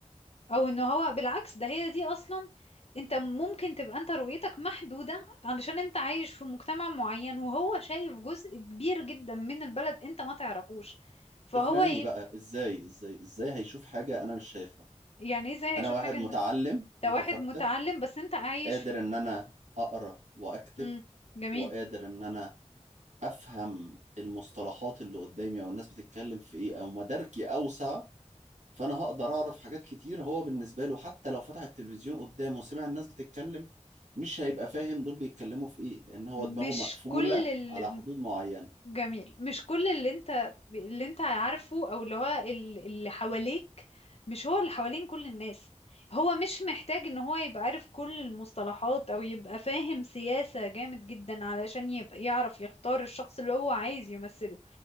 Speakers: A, on the left (about 55°); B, on the right (about 80°).
A: او ان هو بالعكس ده هي دي اصلا انت ممكن تبقى انت رؤيتك محدودة علشان انت عايش في مجتمع معين وهو شايف جزء كبير جدا من البلد انت ما تعرفوش فهو
B: اقنعيني
A: يبقى
B: بقى ازاي ازاي ازاي هيشوف حاجه انا مش شايفها
A: يعني إيه ازاي
B: انا
A: هيشوف
B: واحد
A: حاجة انت
B: متعلم
A: انت
B: متفتح
A: واحد متعلم بس انت عايش
B: قادر
A: في
B: ان انا اقرا واكتب
A: مم. جميل
B: وقادر ان انا افهم المصطلحات اللي قدامي او الناس بتتكلم في ايه او مداركي اوسع فانا هقدر اعرف حاجات كتير هو بالنسبه له حتى لو فتح التلفزيون قدامه وسمع الناس بتتكلم مش هيبقى فاهم دول بيتكلموا في ايه لان هو دماغه
A: مش
B: مقفوله
A: كل ال-
B: على حدود معينه
A: جميل مش كل اللي انت اللي انت عارفه او اللي هو ال- اللي حواليك مش هو اللي حوالين كل الناس هو مش محتاج ان هو يبقى عارف كل المصطلحات او يبقى فاهم سياسة جامد جدا علشان يبقى يعرف يختار الشخص اللي هو عايز يمثله